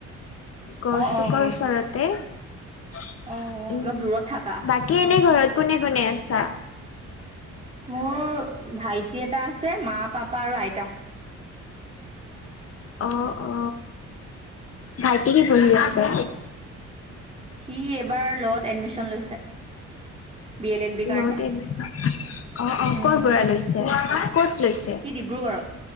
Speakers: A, on the left (about 50°); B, on the right (about 20°).
A: গড়চুকৰ
B: অ অ গড়চুক
A: ওচৰতে উম
B: অ অ অলপ দূৰত থাকা
A: বাকী এনে ঘৰত কোনে কোনে আছে
B: মোৰ ভাইটি এটা আছে মা পাপা আৰু আইতা
A: অ অ ভাইটি সি পঢ়ি আছে
B: সি এইবাৰ ল'ত এডমিচন লৈছে বি এল এল বিৰ কাৰণে
A: ল'ত এডমিচন অ অ
B: উম
A: ক'ৰ পৰা লৈছে ক'ত লৈছে
B: সি ডিব্ৰুগড়ত